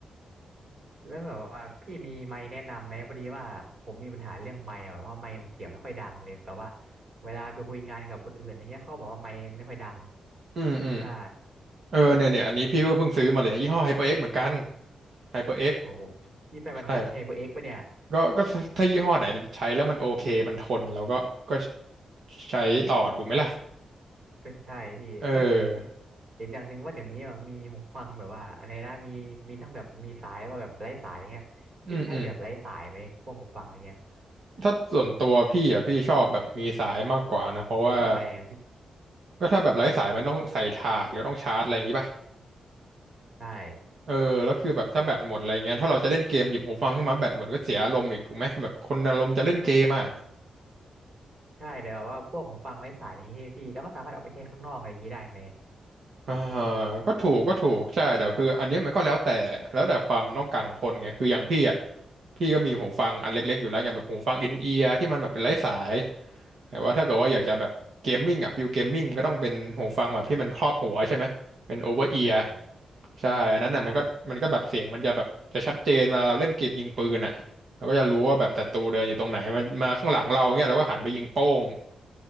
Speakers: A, on the right (about 40°); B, on the right (about 60°).
A: แล้วแบบว่าพี่มีไมค์แนะนำไหมพอดีว่าผมมีปัญหาเรื่องไมค์อะแบบว่าไมค์มันเสียงไม่ค่อยดังเลยแบบว่าเวลาไปคุยงานกับคนอื่นอย่างเงี้ยเขาบอกว่าไมค์ไม่ค่อยดัง
B: อืมอืม
A: ใช่
B: เออเนี่ยเนี่ยอันนี้พี่ก็เพิ่งซื้อมาเลยยี่ห้อ HyperX เหมือนกัน HyperX
A: โอ้โหพี่ไปมันแทบไฮเปอร์เอ็กซ์ปะเนี่ย
B: ใช่ก็ก็ถ้ายี่ห้อไหนใช้แล้วมันโอเคมันทนแล้วก็ก็ใช้ต่อถูกไหมล่ะ
A: ก็ใช่พี่แล้วผม
B: เออ
A: เห็นอย่างหนึ่งว่าเดี๋ยวนี้อะมีหูฟังแบบว่าอะไรนะมีมีทั้งแบบมีสายแล้วก็แบบไร้สายอะไรเงี้ยพี่ใช้แบบไร้สายไหมพวกหูฟังอะไรเงี้ย
B: อืมอืมถ้าส่วนตัวพี่อ่ะพี่ชอบแบบมีสายมากกว่านะเพราะว่า
A: ทำไมอะพี่
B: ก็ถ้าแบบไร้สายมันต้องใส่ถาดหรือต้องชาร์จอะไรอย่างงี้ป่ะ
A: ใช่
B: เออแล้วคือแบบถ้าแบตหมดอะไรเงี้ยถ้าเราจะเล่นเกมหยิบหูฟังขึ้นมาแบตหมดก็เสียอารมณ์อีกถูกไหมแบบคนอารมณ์จะเล่นเกมอ่ะ
A: ใช่แต่ว่าพวกหูฟังไร้สายนี้พี่แล้วก็สามารถเอาไปใช้ข้างนอกอะไรอย่างนี้ได้ไหม
B: อ่า
A: ผม
B: ก็ถูกก็ถูกใช่แต่คืออันเนี้ยมันก็แล้วแต่แล้วแต่ความต้องการของคนไงคืออย่างพี่อ่ะพี่ก็มีหูฟังอันเล็กๆอยู่แล้วไงแบบหูฟังอินเอียร์ที่มันแบบเป็นไร้สายแต่ว่าถ้าเกิดว่าอยากจะแบบเกมมิ่งอ่ะฟิลเกมมิ่งก็ต้องเป็นหูฟังแบบที่มันครอบหัวใช่ไหมเป็นโอเวอร์เอียร์
A: ใช่
B: ใช่อันนั้นอ่ะมันก็มันก็แบบเสียงมันจะแบบจะชัดเจนเวลาเราเล่นเกมยิงปืนอ่ะเราก็จะรู้ว่าแบบศัตรูเดินอยู่ตรงไหนมันมาข้างหลังเราเงี้ยเราก็หันไปยิงโป้ง
A: ใช่